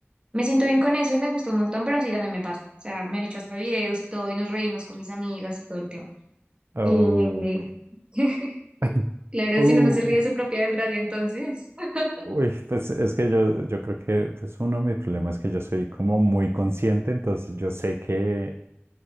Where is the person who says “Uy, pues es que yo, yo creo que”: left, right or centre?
Right